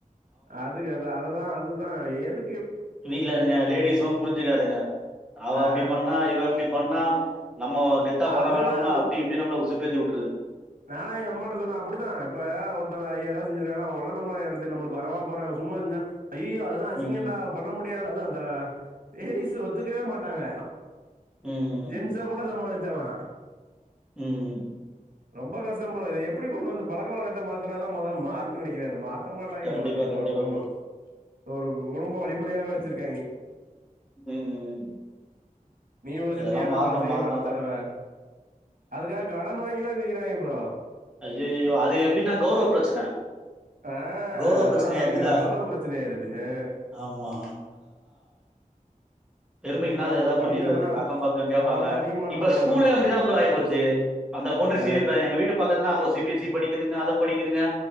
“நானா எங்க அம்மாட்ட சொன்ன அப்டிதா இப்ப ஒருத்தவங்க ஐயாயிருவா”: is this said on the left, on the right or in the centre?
Right